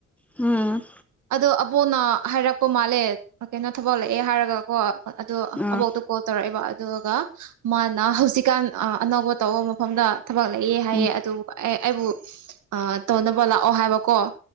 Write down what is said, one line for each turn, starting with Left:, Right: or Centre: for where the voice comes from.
Centre: ꯎꯝ
Right: ꯑꯗꯣ ꯑꯕꯣꯅ ꯍꯥꯏꯔꯛꯄ ꯃꯥꯜꯂꯦ ꯀꯩꯅꯣ ꯊꯕꯛꯂꯛꯑꯦ ꯍꯥꯏꯔꯒꯀꯣ ꯑꯗꯣ
Centre: ꯑꯥ
Right: ꯑꯕꯣꯛꯇꯣ ꯀꯣꯜ ꯇꯧꯔꯛꯑꯦꯕ ꯑꯗꯨꯒ ꯃꯥꯅ ꯍꯧꯖꯤꯛꯀꯥꯟ ꯑꯅꯧꯕ ꯑ ꯇꯧꯕ ꯃꯐꯝꯗ ꯊꯕꯛ ꯂꯩꯌꯦꯦ ꯍꯥꯏꯌꯦꯦ
Centre: ꯎꯝ
Right: ꯑꯗꯨ ꯑꯦ ꯑꯩꯕꯨ ꯇꯧꯅꯕ ꯂꯥꯛꯑꯣ ꯍꯥꯏꯕꯀꯣ